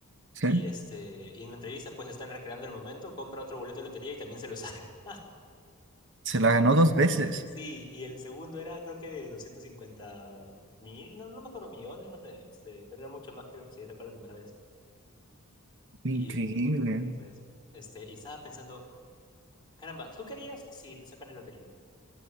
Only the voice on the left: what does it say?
Y, este, y en la entrevista pues están recreando el momento, compra otro boleto de lotería y también se lo saca. <laughs>
Sí, y el segundo era creo que de doscientos cincuenta mil, no, no me acuerdo, millones, no sé, este, pero era mucho más creo que se había sacado la primera vez. Y
me dio un montón de risa eso. Este, y estaba pensando, caramba, ¿tú querías si te sacas la lotería?